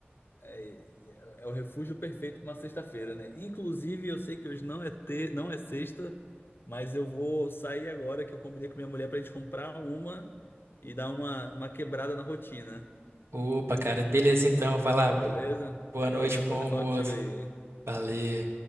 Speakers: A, on the left; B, on the right.
A: É, é é o refúgio perfeito para uma sexta-feira, né? Inclusive, eu sei que hoje não é ter, não é sexta, mas eu vou sair agora que eu combinei com minha mulher para a gente comprar uma e dar uma, uma quebrada na rotina.
B: Opa, cara, beleza então, vai lá.
A: Beleza?
B: Boa
A: Valeu,
B: noite,
A: prazer
B: bom almoço.
A: falar contigo aí.
B: Valeu.